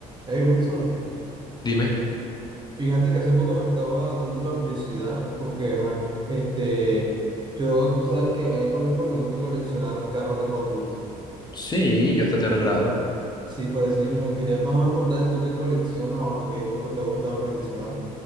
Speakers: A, on the right (about 25°); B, on the left (about 20°).
A: Hey Wilson,
B: Dime.
A: fíjate que hace poco me estaba dando la curiosidad porque, ajá, este, yo, tú sabes que a mí, por ejemplo, me gusta coleccionar carros de Hot Wheels.
B: Sí, yo hasta tercer grado.
A: Sí, por eso mismo, y quería más o menos preguntarte tú qué coleccionas o qué cosas te ha gustado coleccionar